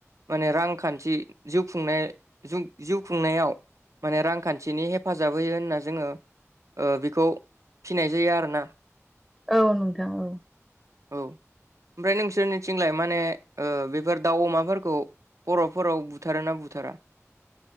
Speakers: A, on the right; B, in the centre.
A: माने रांखान्थि जिउ खुंनाय जिउ खुंनायाव माने रांखान्थिनि हेफाजाब होयो होनना जोङो ओ बेखौ फिनाय जायो आरोना।
B: औ नोंथां औ।
A: औ ओमफ्राय नोंसोरनिथिंलाय माने ओ बेफोर दाउ अमाफोरखौ बर'फोराव बुथारोना बुथारा?